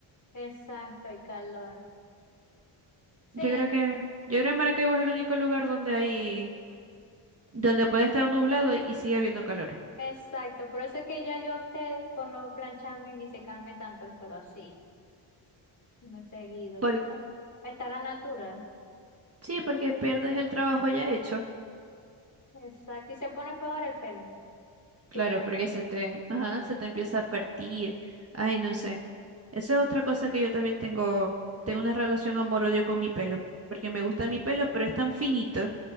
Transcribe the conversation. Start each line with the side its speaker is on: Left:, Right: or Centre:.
Left: exacto, y calor. Sí,
Right: Yo creo que, yo creo que Maracaibo es el único lugar donde hay, donde puede estar nublado y sigue habiendo calor.
Left: exacto, por eso es que ya yo opté por no plancharme ni secarme tanto el pelo así, no seguido,
Right: Por-
Left: sino a estar al natural.
Right: sí, porque pierdes el trabajo ya hecho.
Left: Exacto, y se pone peor el pelo
Right: Claro,
Left: si te lo
Right: porque
Left: planchas.
Right: se te, ajá, se te empieza a partir. Ay, no sé. Esa es otra cosa que yo también tengo, tengo una relación amor-odio con mi pelo, porque me gusta mi pelo, pero es tan finito